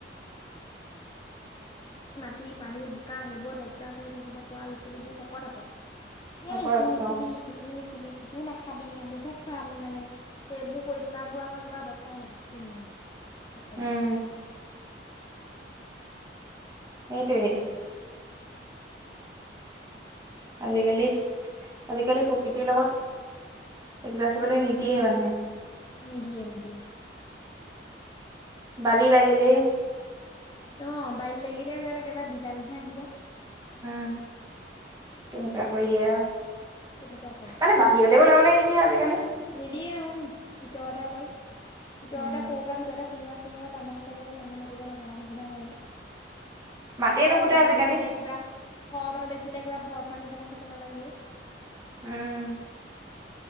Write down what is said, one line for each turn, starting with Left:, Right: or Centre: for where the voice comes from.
Left: ই পানী, বোকা সেইবোৰত এডজাষ্ট হৈ থাকিব পৰা ল'ৰা-ছোৱালীবোৰ শকত-আবতো। এ!
Right: অপৰাপত
Left: ইটো নুচুবি সিটোও নুচুবি। চুবি সিটো নাখাবি, আমুকে খুৱাম মানে সেইবোৰ কৰি থকাবোৰ আকৌ কিবা অৱস্থাই নাই ক্ষীণ মিন। কেতেহা।
Right: উম সেইটোৱে। আজিকালি, আজিকালি প্ৰকৃতিৰ লগত। একজাত চাবলৈ নিদিয়েই মানুহে।
Left: নিদিয়ে নিদিয়ে।
Right: ভালি লাগিলে
Left: অ বালি লাগিলে যেন একেবাৰে বিজাণুহে আহিব।
Right: উম তেনেকুৱা কৰি দিয়া আৰু
Left: তেনেকুৱা কৰে।
Right: মানে বাহিৰলৈ ওলাবলৈ এৰি দিয়ে আজিকালি
Left: নিদিয়ে অ ভিতৰতে অকল ভিতৰতে
Right: উম
Left: সৰু পৰা ভিতৰতে সোমোৱাই সোমোৱাই ডাঙৰ হ'লে পিছত মানুহ মাতিব নজনা নিচিনা হয়গৈ
Right: মাটিয়ে
Left: শ
Right: নুফুতে
Left: মানুহ
Right: আজিকালি
Left: দেখিলে কিবা শ মানুহ দেখিলে কিবা ভয় খখোৱা নিচিনা কিছুমান লৈ যে
Right: উম,